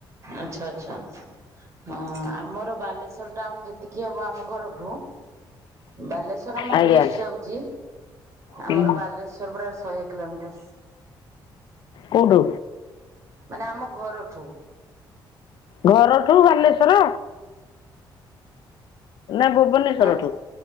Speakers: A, on the right; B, on the left.
A: ଆଚ୍ଛା ଆଚ୍ଛା। ହଁ ଆମର ବାଲେଶ୍ଵର ଟାଉନ ଯେତିକି ହବ ଆମ ଘରଠୁ ବାଲେଶ୍ ଥର ଆମେ
B: ଆଜ୍ଞା
A: ଡ଼ିସ ଯାଉଛି
B: ହୁଁ।
A: ଆମର ବାଲେଶ୍ୱର ପୁରା ଶହେ କିଲୋମିଟର।
B: କୁଉଠୁ?
A: ମାନେ ଆମ ଘରଠୁ।
B: ଘରଠୁ ବାଲେଶ୍ଵର। ନା ଭୁବନେଶ୍ଵରଠୁ
A: ନା